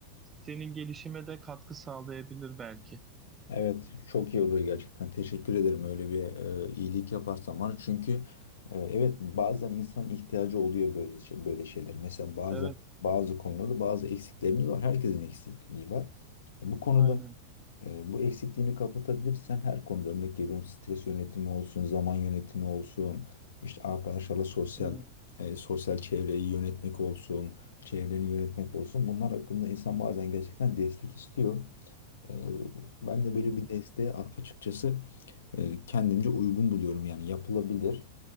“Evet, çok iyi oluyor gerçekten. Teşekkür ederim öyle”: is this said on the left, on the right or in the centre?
Left